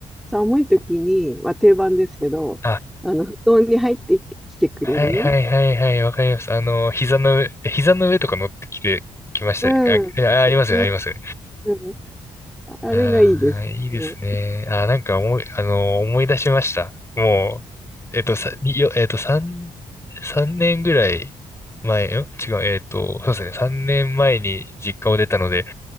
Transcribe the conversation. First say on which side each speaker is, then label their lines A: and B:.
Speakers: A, in the centre; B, on the left.
A: 寒い時に、まあ、定番ですけど、
B: あ、
A: あの、布団に入ってきてくれる。
B: はいはいはいはい、わかります。あの、膝の上、え膝の上とか乗ってきて、きました。
A: うん。
B: あ、えありますよね、
A: ね、
B: あります。
A: うん。あれがいいですね。
B: ああ、いいですね。あー、なんか思い、あのー、思い出しました。もう、えっと、さ、によ、えっと、三、三年ぐらい前、ん違う、えっと、そうですね、三年前に実家を出たので、